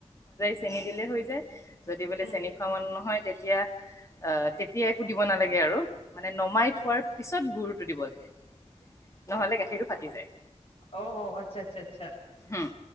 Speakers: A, on the left; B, on the left.
A: চেনি দিলে হৈ যায় যদি বোলে
B: উম
A: চেনি খোৱা মান নহয় তেতিয়া -তেতিয়া একো দিব নালাগে আৰু মানে নমাই থোৱাৰ পিছত গুৰুটো দিব লাগে। নহলে গাখীৰটো ফাটি যায়।
B: অ আচ্ছা -আচ্ছা- আচ্ছা
A: হুম